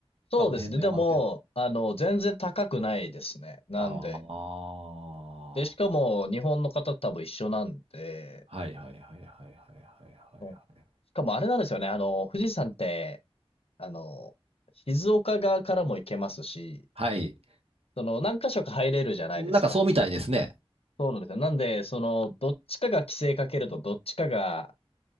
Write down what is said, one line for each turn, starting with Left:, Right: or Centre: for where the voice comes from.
Left: そうですね。
Right: あの辺の山っていうのは。
Left: でも、あの、全然高くないですね。なんで。
Right: ああ。
Left: で、しかも日本の方と多分一緒なんで、
Right: はいはいはいはいはいはいはいはい。
Left: うんしかもあれなんですよね。あの、富士山って、あの、静岡側からも行けますし、
Right: はい。
Left: その何箇所か入れるじゃないですか。
Right: なんかそうみたいですね。
Left: そうなんですよ。なんで、その、どっちかが規制かけると、どっちかが、